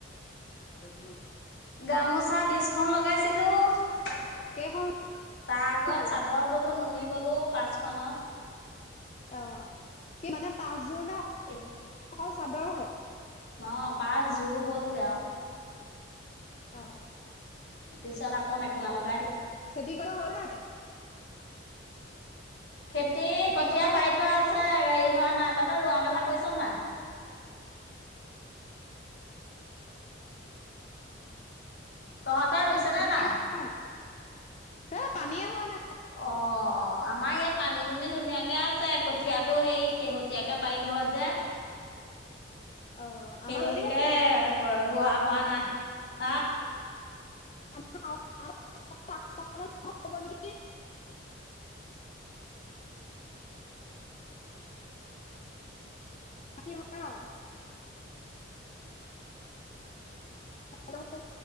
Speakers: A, on the left (about 35°); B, on the left (about 55°).
A: উম।
B: গামোচা বিশখন লগাইছিলোঁ। তাৰ
A: কেইখন
B: আগত
A: ওলালে
B: চাদৰ বলো, নুনী বলো পাঁচখনত।
A: অ' কি মানে পাঁচযোৰ নে?
B: এত।
A: অকল চাদৰহে।
B: অ', পাচঁ যোৰ হ'লগে আৰু।
A: অ'।
B: পিছত আকৌ মেখেলা লগ
A: খেতি কৰা হ'ল নাই?
B: খেতি কঠীয়া
A: কৰিব
B: পাৰি
A: হৈছে
B: থোৱা আছে
A: নাই
B: হেৰি হোৱা নাই। ততৰ ৰোৱা মেলা কৈৰিছ নাই? তহঁতৰ ৰুইছে
A: পানীয়ে
B: নে নাই?
A: হোৱা হে পানীয়ে হোৱা নাই।
B: অ', অ'। অ', আমাৰ ইয়াত পানী দুনি ধুনীয়াকে আছে, কঠিয়াটো সেই শেহতীয়াকে পাৰিলোহত যে।
A: অ
B: সেই
A: আমাৰ
B: গতিকে
A: হেৰি আছে
B: ৰোৱা হোৱা নাই। হা
A: <unintelligible> হব নিকি।
B: আ।
A: কি বনা নাই? হেল্ল'!